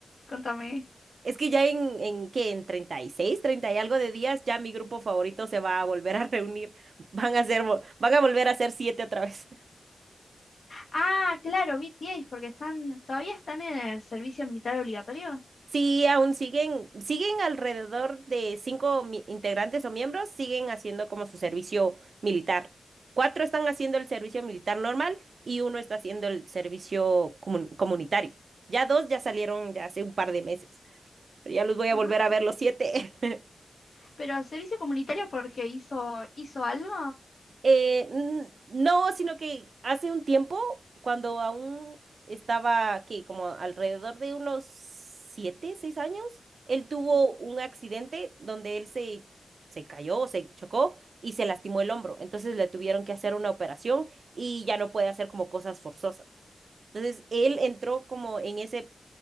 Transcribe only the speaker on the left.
contame.
Ah, claro, BTS, porque están, todavía están en el servicio militar obligatorio.
Ajá.
Pero el servicio comunitario porque hizo, hizo algo.
Mm,